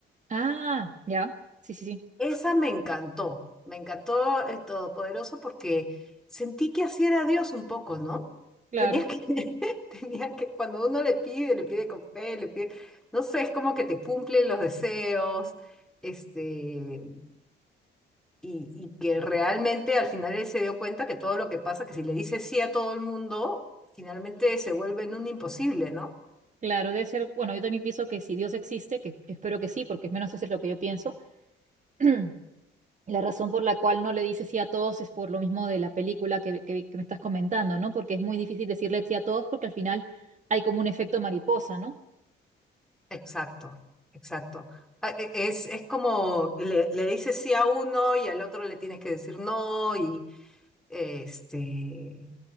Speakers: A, on the right (about 40°); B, in the centre.
A: Ah, ya, sí, sí, sí,
B: Esa me encantó, me encantó el Todopoderoso porque sentí que así era Dios un poco, ¿no?
A: claro.
B: Tenía que, <laughs> tenía que, cuando uno le pide, le pide con fe, le pide, no sé, es como que te cumplen los deseos, este, y, y que realmente al final él se dio cuenta que todo lo que pasa, que si le dice sí a todo el mundo, finalmente se vuelve en un imposible, ¿no?
A: Claro, debe ser, bueno, yo también pienso que si Dios existe, que espero que sí, porque al menos eso es lo que yo pienso, <clears throat> la razón por la cual no le dice sí a todos es por lo mismo de la película que, que- que me estás comentando, ¿no? Porque es muy difícil decirle sí a todos porque al final hay como un efecto mariposa, ¿no?
B: Exacto, exacto. A- e- Es, es como le, le dices sí a uno y al otro le tienes que decir no y este e-